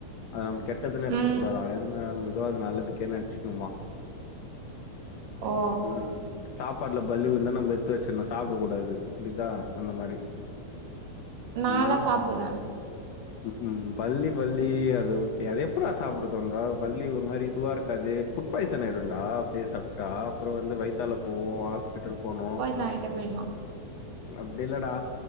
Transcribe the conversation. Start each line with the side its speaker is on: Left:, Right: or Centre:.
Left: அது நம்ம கெ ட்டதுன்னு எடுத்துக்கூடாதா
Right: ம்
Left: எது நடந்ததோ அது நல்லதுக்கேன்னு நெனச்சுக்கணுமா
Right: ஓ
Left: ம் சாப்பாட்ல பல்லி விழுந்தா நம்ம எத்து வெச்சின்னு சாப்டக்கூடாது புரி தா அந்த மாரி
Right: நா
Left: ம்
Right: எல்லா சாப்டுவ
Left: ம் உ பல்லி பல்லி அது ஓகே அது எப்புட்ரா சாப்பிட தோணுது அது பல்லி ஒரு மாரி இதுவா இருக்காது ஃபுட் பாய்சன் ஆயிடுண்டா அப்டியே சாப்டா அப்புறோ வந்து வயித்தால போவோ ஹாஸ்பிட்டல் போனோ
Right: சாயிட்டப் போயிலாம்
Left: அப்டி இல்லடா